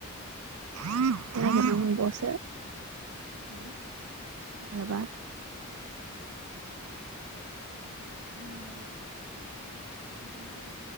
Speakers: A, on the right; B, on the right.
A: नागिरनो मोनबावयासो
B: ह
A: मालाबा
B: उम बिदिनो आरो